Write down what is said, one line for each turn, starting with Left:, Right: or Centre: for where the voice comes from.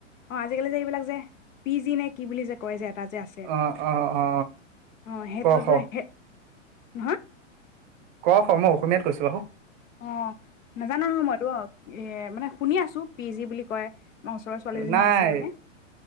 Left: অ আজিকালি যে এইবিলাক যে পি জি নে কি বুলি যে কয় যে এটা যে আছে।
Right: অ অ অ
Left: অ সেইটো
Right: ক খ
Left: যে সে হা।
Right: ক খ মই অসমীয়াত কৈছো আহো।
Left: অ নাজানা হ মই ৰো এ মানে শুনি আছো। পি জি বুলি কয়। আমাৰ ওচৰৰ ছোৱালীজনী
Right: নাই
Left: আছে মানে